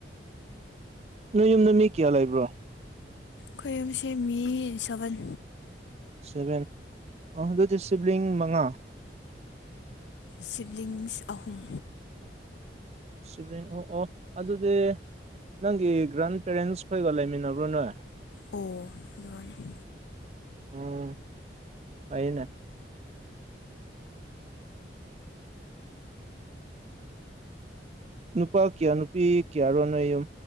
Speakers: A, on the right (about 35°); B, on the left (about 75°).
A: ꯅꯣꯏ ꯌꯨꯝꯗ ꯃꯤ ꯀꯌꯥ ꯂꯩꯕ꯭ꯔꯣ
B: ꯑꯩꯈꯣꯏꯁꯦ ꯃꯤ ꯁꯕꯟ
A: ꯁꯚꯦꯟ ꯑꯗꯨꯗꯤ ꯁꯤꯕꯂꯤꯡ ꯃꯉꯥ
B: ꯁꯤꯕꯂꯤꯡꯁ ꯑꯍꯨꯝ
A: ꯁꯤꯕ ꯑꯣ ꯑꯣ ꯑꯗꯨꯗꯤ ꯅꯪꯒꯤ ꯒ꯭ꯔꯥꯟ ꯄꯦꯔꯦꯟꯁ ꯈꯣꯏꯒ ꯂꯩꯃꯤꯟꯅꯕ꯭ꯔꯣ ꯅꯣꯏ
B: ꯑꯣ ꯑꯗꯨ
A: ꯎꯝ ꯐꯩꯅ ꯅꯨꯄꯥ ꯀ꯭ꯌꯥ ꯅꯨꯄꯤ ꯀꯌꯥ ꯔꯣꯅꯌꯨꯝ